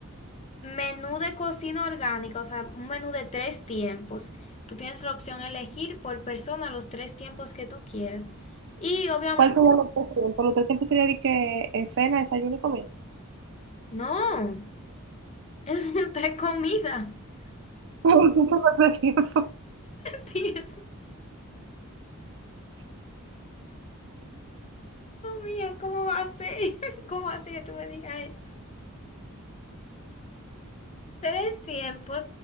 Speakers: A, on the left; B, on the right.
A: Menú de cocina orgánica, o sea, un menú de tres tiempos. Tú tienes la opción de elegir por persona los tres tiempos que tú quieras. Y obviamente,
B: ¿Cuál sería los tres tiempos? Los tres tiempos sería de que eh, cena, desayuno y comida.
A: no, es <laughs> un tres comidas.
B: <laughs> los tres tiempos?
A: <laughs> Dios mía, ¿cómo va a ser? <laughs> ¿Cómo va a ser que tú me digas eso? Tres tiempos